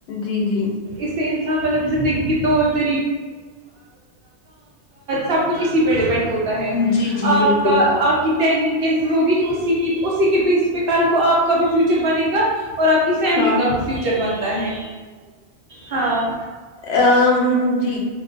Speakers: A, on the left; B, on the right.
A: جی جی
B: ج می ط س ہے کچھ اسی پہ ڈیپینڈ ہوتا ہے
A: جی جی
B: آپ
A: بالکل
B: کا آپ کی تعلیم کیسی ہوگی اسی کی اسی کے بیس پہ کل کو آپ کا بھی فیوچر بنے گا اور آپ کے کی فیملی
A: ہاں
B: کا بھی فیوچر بنتا ہے ہاں
A: ا جی